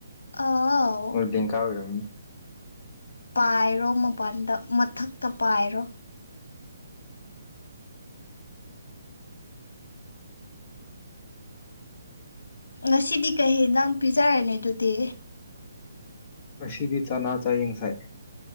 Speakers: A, on the left; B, on the left.
A: ꯑꯥꯎ
B: ꯇꯤꯟꯈꯥꯛ ꯑꯣꯏꯔꯝꯅꯤ
A: ꯄꯥꯏꯔꯣ ꯃꯄꯥꯟꯗ ꯃꯊꯛꯇ ꯄꯥꯏꯔꯣ ꯉꯁꯤꯗꯤ ꯀꯩ ꯍꯦꯟꯖꯥꯡ ꯄꯤꯖꯔꯅꯤ ꯑꯗꯨꯗꯤ
B: ꯉꯁꯤꯗꯤ ꯆꯥꯅꯥ ꯆꯥꯢꯌꯦ ꯉꯁꯥꯢ